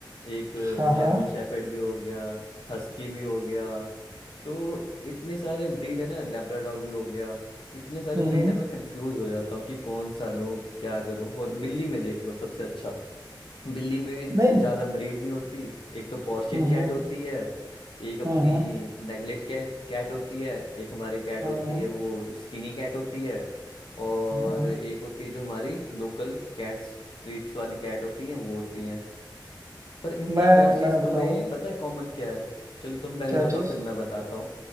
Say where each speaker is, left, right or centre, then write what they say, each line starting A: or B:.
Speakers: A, on the left (about 85°); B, on the right (about 40°).
A: एक
B: हाँ
A: जर्मन
B: हाँ
A: शेफर्ड भी हो गया हस्की भी हो गया तो इतने सारे ब्रीड है ना लेब्राडॉग भी हो गया इतने सारे
B: हम्म
A: ब्रीड
B: हम्म,
A: है मैं कंफ्यूज हो जाता हूँ कि कौन सा लूँ क्या करूँ और बिल्ली में देख लो सबसे अच्छा बिल्ली में
B: नहीं हम्म
A: ज्यादा ब्रीड नहीं होती एक तो पोर्शियन
B: हम्म
A: कैट होती है एक अपनी
B: हम्म
A: नेगलेट कैट कैट होती है एक हमारी कैट
B: हम्म,
A: होती है वो स्किनी कैट होती है और
B: हम्म, हम्म।
A: एक होती है जो हमारी लोकल कैट्स स्ट्रीट्स वाली कैट होती है वो होती है पर इनमें
B: मैं
A: एक और चीज
B: मैं बताऊं
A: तुम्हें पता है कॉमन क्या है चलो तुम पहले
B: क्या
A: बताओ
B: चीज
A: फिर मैं बताता